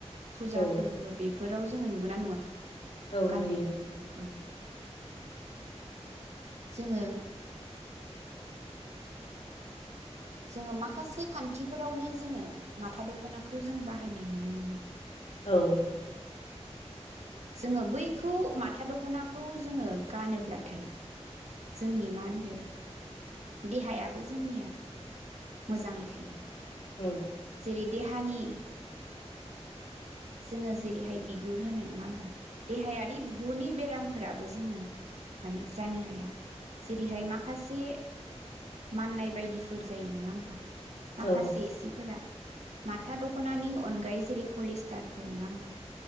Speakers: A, on the right (about 75°); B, on the left (about 75°).
A: फुजा
B: औ
A: फोरबो बे बेफोराव जोङो नुगोन ना नुआ।
B: औ नुयो
A: गानै औ जोङो जोङो माखासे खान्थिफोरावनो जोङो माथा दखनाखौ जों बाहायनाय नुनो मोनदों।
B: औ
A: जोङो बैखौ माथा दखनाखौ जोङो गानोब्लाथाय जोंनि मा होनदो देहायाबो जोंनिया मोजाङै थायो।
B: औ
A: जेरै देहानि जोङो जेरैहाय बिगुर होनो नङा होमबा देहायारि बिगुरनि बे बेरामफोराबो जोङो माने जानो हाया जेरैहाय माखासे माननाय बायदिफोर जायो नङा होमबा माखासे
B: औ
A: ए सिफोरा माथा दखनानि अनगायै जेरै फलेस टारफोर नङा होमबा